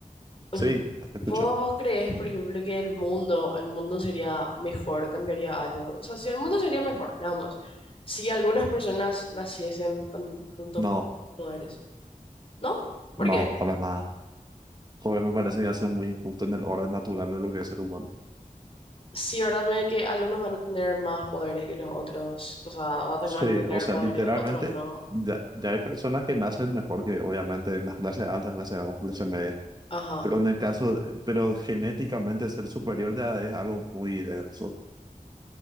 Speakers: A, on the left; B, on the right.
A: mm,
B: sí, te
A: vos
B: escucho.
A: creés, por ejemplo, que el mundo, el mundo sería mejor o cambiaría algo? O sea, si el mundo sería mejor, nada más. Si algunas personas naciesen con, con to-
B: No,
A: poderes, ¿no? Porque
B: no, para nada. Joder, me parece que hace muy justo en el orden natural de lo que es el humano.
A: sí, verdad, me que algunos van a tener más poderes que los otros. O sea, van a tener
B: Sí,
A: van a tener
B: o sea,
A: poderes,
B: literalmente,
A: otros no.
B: ya, ya hay personas que nacen mejor que, obviamente, las clases altas, clases bajas, clases medias.
A: Ajá.
B: Pero en el caso, pero genéticamente ser superior ya es algo muy denso.